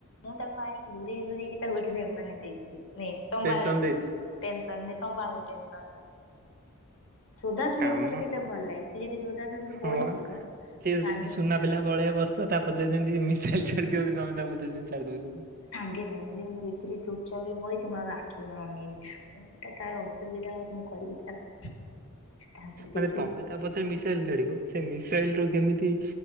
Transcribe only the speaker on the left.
ମୁଁ ତାକୁ ଆଣିକି ଘୁରେଇ ତୁରେଇକି ତାକୁ ଏଠି ମାନେ ଦେଇଦେବି ନେ ସମ୍ଭାଳେ
ଏକୁ।
ଟେନସନ ନେ ସମ୍ବାଳେ ଟେନସନ ସୋଧା ଶୁଣିବାକୁ
ମତେ ଟିକେ ତାକୁ ଭଲ ଲାଗେ। ସିଏ ଯଦି ସୋଧା ଶୁଣିକି
ବଇଥିବ ମୋ
ସାଙ୍ଗେ
ସାଙ୍ଗେ ସାଙ୍ଗେ ସେ ମୁଁ ଦେଖିଲି ଚୁପଚାପ ହେଇ ବଇଚି ମୋ ଆଖି ଅନେଇ ଦେଲି କ କଣ୍ଟା ତାର ଅସୁବିଧା ମୁଁ କରିବି ତାର। ତାପରେ
ଦେଖିବି